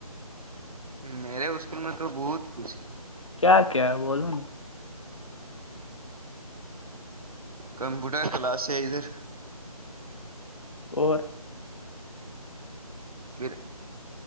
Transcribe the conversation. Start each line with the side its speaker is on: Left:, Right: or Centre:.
Right: میرے اسکول میں تو بہت کچھ ہے
Left: کیا کیا بولوں
Right: کمپیوٹر کلاس ہے ادھر
Left: اور
Right: پھر